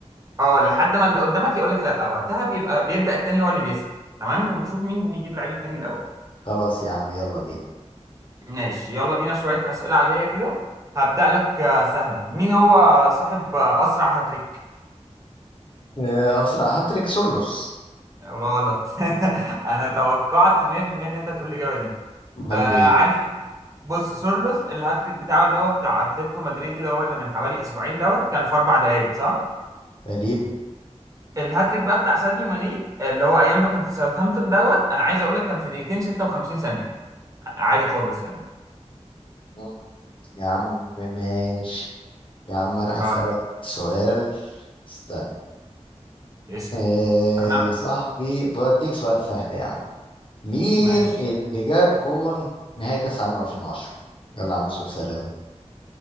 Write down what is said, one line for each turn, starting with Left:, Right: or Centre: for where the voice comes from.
Right: اه لحد ما اللي قدامك يقول لك لا وقتها بيبقى بيبدأ التاني هو اللي بيسأل تمام وبنشوف مين بيجيب لعيب التاني الأول
Left: خلاص يا عم يلا بينا
Right: ماشي يلا بينا شوية أسئلة عادية كده هبدأ لك آه، سهلة مين هو صاحب آه، أسرع هاتريك
Left: آه، اسرع هاتريك سورلوس
Right: غلط <laughs> أنا توقعت 100% إن أنت هتقول الإجابة دي
Left: امال
Right: آه
Left: مين
Right: عارف بص سورلوث الهاتريك بتاعه اللي هو بتاع اتلتيكو مدريد اللي هو اللي من حوالي اسبوعين دوت كان في اربع دقائق صح؟
Left: تقريبا
Right: الهاتريك بقى بتاع ساديو ماني اللي هو ايام ما كان في ساوثهامبتون دوت انا عايز اقول لك كان في دقيقتين 56 ثانية عادي خالص يعني
Left: مم. يا عم ماشي يا عم انا
Right: طيب
Left: هسألك سؤال استنى
Right: اسأل
Left: آه
Right: انا
Left: يا صاحبي بديك سؤال سهل يا عم مين
Right: ماشي
Left: اللي جاب جون نهائي كأس العالم 2010 يلا يا عم سؤال سهل أوي.